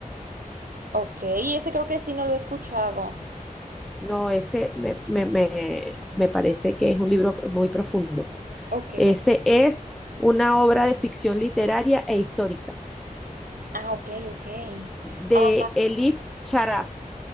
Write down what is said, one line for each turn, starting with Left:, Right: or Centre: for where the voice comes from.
Right: Ok, ese creo que sí no lo he escuchado.
Centre: No, ese me, me, me, me parece que es un libro muy profundo.
Right: Ok.
Centre: Ese es una obra de ficción literaria e histórica
Right: Ah, ok, ok.
Centre: de
Right: Ah,
Centre: Elif Charaf.